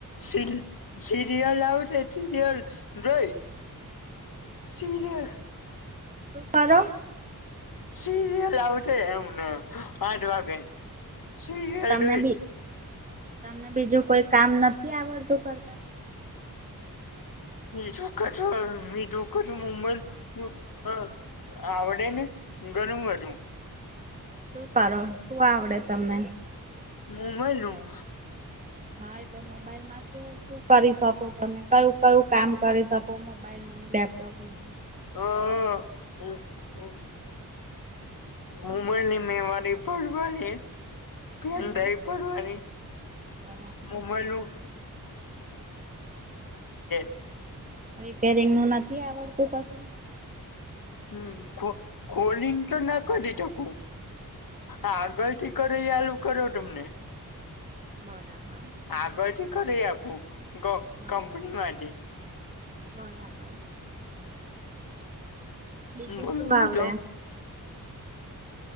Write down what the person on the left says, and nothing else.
સિરી સિરિયલ આવશે સિરિયલ જોઈ. સીરિયલ.
સીરિયલ આવતે એમને આઠ વાગે. સિરિયલ
જોઈશ
<unintelligible> આવડે ને ગણુંબધું.
મુંબાઈનું.
હા હ હમ્મ હ. મોબાઈલની મેમરી ભરવાની. પેન
ડ્રાઈવ ભરવાની
મોબાઈલું. <unintelligible>
હમન ખો ખોલીન તો ના કરી શકું. આગળથી કરો ઇ આલું કરો તમને.
આગળથી કરરાઈ આપું કં
કંપની માથી.
બોલો
બીજું??